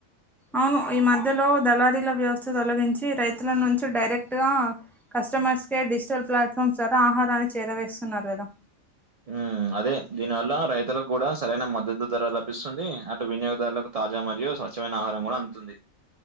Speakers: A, in the centre; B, on the right (about 60°).
A: అవును ఈ మధ్యలో దళారీల వ్యవస్థ తొలగించి రైతుల నుంచి డైరెక్ట్ గా కస్టమర్స్ కేర్ డిజిటల్ ప్లాట్ఫామ్స్ ద్వారా ఆహారాన్ని చేరవేస్తున్నారు కదా
B: ఉ అదే దీని వల్ల రైతులకు కూడా సరైన మద్దతు ధర లభిస్తుంది అటు వినియోగదారులకు తాజా మరియు స్వచ్ఛమైన ఆహారం కూడా అందుతుంది